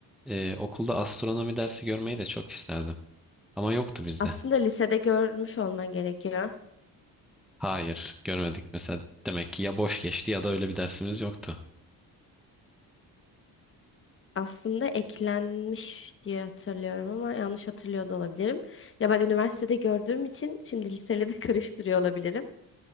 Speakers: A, in the centre; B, on the left.
A: e, okulda astronomi dersi görmeyi de çok isterdim. Ama yoktu bizde.
B: Aslında lisede görmüş olman gerekiyor.
A: Hayır, görmedik mesela. Demek ki ya boş geçti ya da öyle bir dersimiz yoktu.
B: Aslında eklenmiş diye hatırlıyorum ama yanlış hatırlıyor da olabilirim. Ya ben üniversitede gördüğüm için şimdi liseyle de <laughs> karıştırıyor olabilirim.